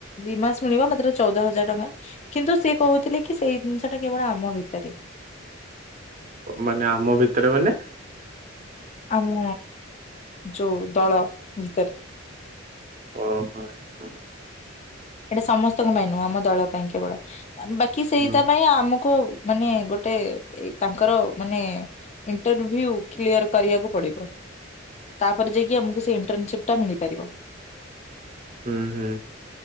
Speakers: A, on the left (about 35°); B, on the right (about 40°).
A: ଦି ମାସ ମିଳିବ ମାତ୍ର ଚଉଦ ହଜାର ଟଙ୍କା କିନ୍ତୁ ସିଏ କହୁଥିଲେ କି ସେଇ ଜିନିଷ ଟା କେବଳ ଆମ ଭିତରେ।
B: ମାନେ ଆମ ଭିତରେ ମାନେ
A: ଆମ ଯୋଉ ଦଳ ଭିତରେ।
B: ଓ ହୋ ଆଚ୍ଛା।
A: ଏଇଟା ସମସ୍ତଙ୍କ ପାଇଁ ନୁହଁ ଆମ ଦଳ ପାଇଁ କେବଳ ବାକି ସେଇଟା
B: ହୁଁ।
A: ପାଇଁ ଆମକୁ ମାନେ ଗୋଟେ ଏ ତାଙ୍କର ମାନେ ଇଣ୍ଟରଭି୍ୟୁ କ୍ଲିୟର କରିବାକୁ ପଡିବ। ତାପରେ ଯାଇକି ଆମକୁ ସେ ଇଣ୍ଟର୍ନସିପ ଟା ମିଳିପାରିବ।
B: ହୁଁ ହୁଁ।